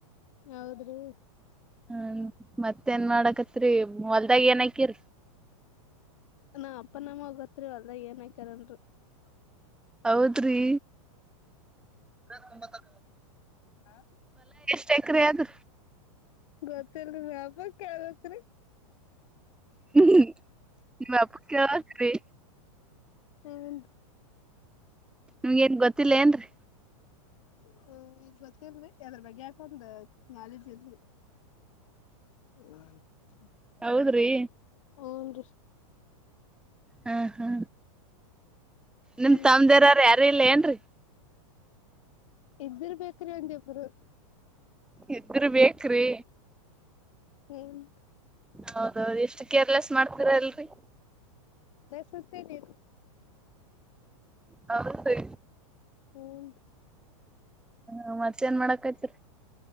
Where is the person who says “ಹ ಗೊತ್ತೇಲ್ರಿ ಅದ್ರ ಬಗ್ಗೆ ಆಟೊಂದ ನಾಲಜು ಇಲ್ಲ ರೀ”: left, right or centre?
Left